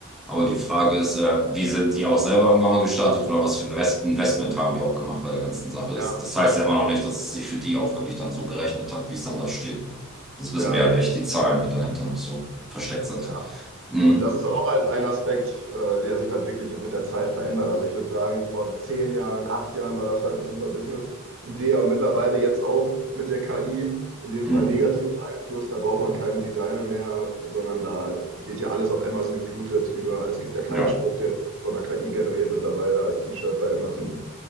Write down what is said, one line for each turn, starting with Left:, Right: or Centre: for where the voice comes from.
Centre: Aber die Frage ist, äh, wie sind die auch selber irgendwann mal gestartet oder was für ein Invest- Investment haben die auch gemacht bei der ganzen Sache? Das,
Right: Ja,
Centre: das heißt ja immer noch nicht, dass es sich für die auch wirklich dann so gerechnet hat, wie es dann da steht. Ne? Das wissen
Right: ja,
Centre: wir
Right: richtig.
Centre: ja nicht, die Zahlen, die dahinter noch so versteckt sind.
Right: Ja.
Centre: Hm,
Right: Und das ist auch halt ein Aspekt, äh, der sich halt wirklich mit der Zeit verändert. Also ich würde sagen, vor zehn Jahren, acht Jahren war das halt eine super Business-Idee, aber mittlerweile jetzt auch mit der KI in dem Fall
Centre: hm,
Right: negativ beeinflusst. Da braucht man keinen Designer mehr, sondern da wird ja alles auf Amazon geflutet über, es gibt ja keinen
Centre: ja.
Right: Spruch, der von der KI generiert mittlerweile als T-Shirt bei Amazon
Centre: hm.